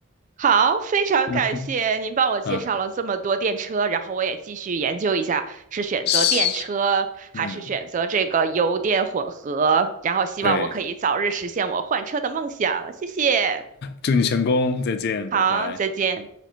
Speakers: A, on the right; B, on the left.
A: 好，非常感谢您帮我介绍了这么多电车，
B: 嗯哼，啊，
A: 然后我也继续研究一下是选择电车还是选择这个油电混合，
B: 是，嗯，
A: 然后希望我可以早日实现我换车的梦想。
B: 对，
A: 谢谢，
B: 祝你成功，再见，
A: 好，
B: 拜拜。
A: 再见。